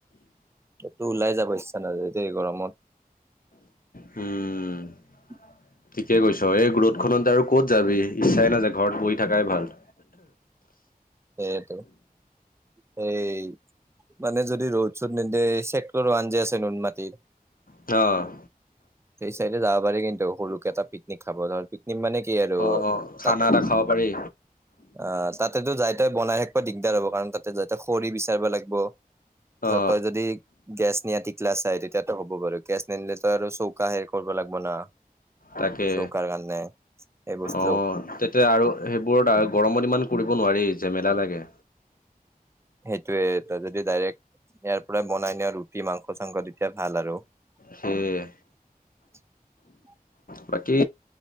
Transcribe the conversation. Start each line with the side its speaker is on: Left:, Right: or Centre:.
Right: তোৰ ওলাই যাব ইচ্ছা নাযায় দে গৰমত।
Left: উম,
Right: <inaudible>
Left: ঠিকে কৈ ছ' এই ৰ'দ খনত আৰু ক'ত যাবি ইচ্ছাই নাযায় ঘৰত বহি থাকাই ভাল।
Right: সেইটোৱে এই মানে যদি ৰ'দ চদ নিদে, ছেক্টৰ ৱান যে আছে নুন মাটিৰ।
Left: অ',
Right: সেইটো যাবা পাৰি কিন্তু সৰুকে এটা পিকনিক খাব ধৰ মানে কি আৰু
Left: অ, খানা
Right: তাত
Left: এটা খাব পাৰি।
Right: অ', তাতেতো যাই ততে বনাই থাকিব দিগদাৰ হ'ব কাৰণ তাতে যতে খৰি বিচাৰিবা লাগব, তাৰপিছত
Left: অ,
Right: তই যদি গেছ নিয়া টিকলা চাই তেতিয়াতো হ'ব বাৰু গেছ নিনিলেতো আৰু চৌকা হেৰি কৰিব লাগব না।
Left: তাকে।
Right: চৌকাৰ কাৰনে এই বস্তু
Left: অ, তেতিয়া আৰু সেইবোৰত আৰু গৰমত ইমান কৰিব নোৱাৰি যেমেলা লাগে
Right: সেইটোয়ে তই যদি ডাইৰেক্ট ইয়াৰ পৰা বনাই নিয়া ৰুটি মাংস চাংস তেতিয়া ভাল আৰু।
Left: সেই
Right: <inaudible>
Left: বাকী